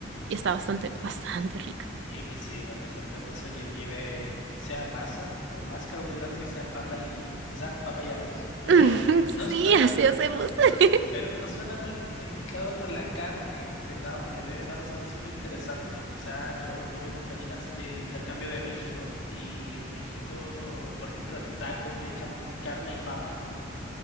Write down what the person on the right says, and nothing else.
Y está bastante, bastante rica.
<laughs> Sí,
así hacemos. <laughs>